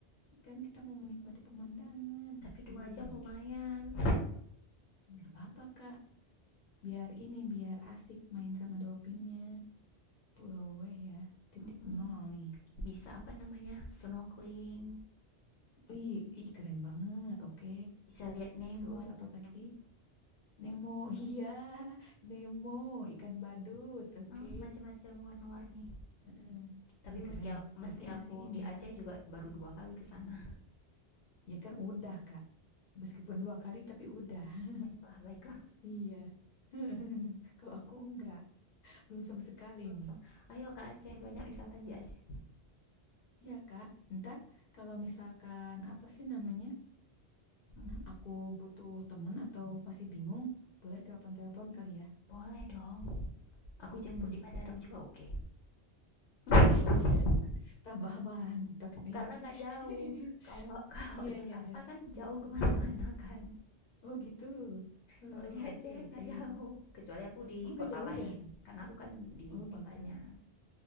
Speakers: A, on the left; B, on the left.
A: Kan kita mau menikmati pemandangan,
B: Tapi
A: asik.
B: dua jam lumayan.
A: Gak apa-apa Kak, biar ini biar asik main sama dolphinnya. Pulau Weh ya, titik
B: Mm-mm.
A: nol nih.
B: Bisa apa namanya? Snorkeling.
A: Ih, ih keren banget. Oke.
B: Bisa lihat Nemo.
A: Terus apalagi Nemo, <laughs> iya Nemo ikan badut, oke.
B: Hmm, macam-macam warna-warni.
A: Heeh.
B: Tapi
A: Wih
B: meski
A: keren.
B: a-
A: Berarti
B: meski aku
A: masih ini
B: di Aceh
A: ya
B: juga baru dua kali ke sana.
A: Ya kan udah Kak. Meskipun dua kali tapi udah.
B: Oh, Baiklah, baiklah.
A: Iya. <laughs> Kalau aku enggak, belum sama sekali
B: Belum
A: nih.
B: sem- Ayo ke Aceh, banyak wisata di Aceh.
A: Iya Kak, ntar kalau misalkan apa sih namanya,
B: Mhm.
A: aku butuh temen atau masih bingung, boleh telepon-telepon kali ya.
B: Boleh dong. Aku jemput
A: Hmm.
B: di bandara juga oke. <laughs>
A: Uish, tambah mantap nih.
B: Karena nggak jauh.
A: <laughs>
B: Kalau <laughs> kalau
A: Iya,
B: Jakarta
A: iya, iya.
B: kan jauh kemana mana kan.
A: Oh gitu. Oh,
B: Kalau di Aceh
A: oke, oke.
B: nggak jauh. Kecuali aku di
A: Oh, nggak
B: kota
A: jauh
B: lain.
A: ya?
B: Karena aku kan di
A: Oh
B: ibu kotanya.
A: gitu.